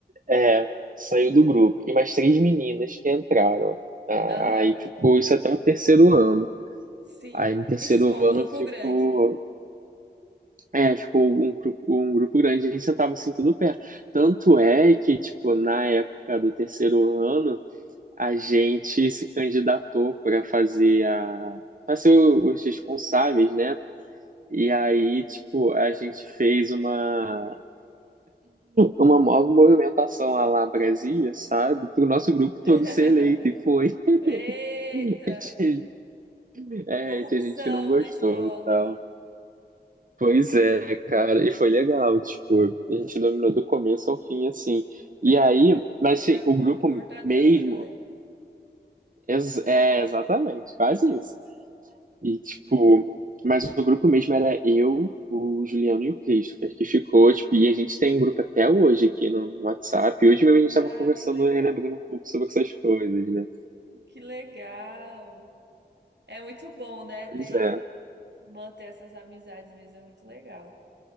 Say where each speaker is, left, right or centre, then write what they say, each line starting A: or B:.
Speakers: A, on the right; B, on the right.
A: é, saiu do grupo. E mais três meninas que entraram. Ah,
B: Aham.
A: Aí ficou isso até o terceiro ano.
B: Sim.
A: Aí no terceiro
B: Ixi, ficou um
A: ano
B: grupo
A: ficou,
B: grande.
A: é, ficou um grupo, um grupo grande, a gente sentava assim tudo perto. Tanto é que, tipo, na época do terceiro ano, a gente se candidatou para fazer a para ser o- os responsáveis, né? E aí, tipo, a gente fez uma uma nova movimentação lá lá Brasília, sabe? Para o nosso grupo
B: <laughs>
A: todo ser eleito e foi.
B: Eita!
A: <laughs> É,
B: Corrupção
A: que a gente não gostou
B: na escola.
A: e tal. Pois é, cara, e foi legal, tipo, a gente dominou do começo ao fim, assim.
B: <laughs>
A: E aí, mas
B: Fizeram
A: assim, o
B: pão
A: grupo
B: com mortadela
A: mesmo,
B: pra galera.
A: ex- é exatamente, quase isso. E, tipo, mas o grupo mesmo era eu, o Juliano e o Christopher, que ficou, tipo, e a gente tem um grupo até hoje aqui no no WhatsApp. E hoje mesmo a gente
B: Ah,
A: tava conversando,
B: que legal.
A: relembrando um pouco sobre essas coisas, né?
B: Que legal. É muito bom, né,
A: Pois
B: ter
A: é.
B: manter essas amizades mesmo, é muito legal.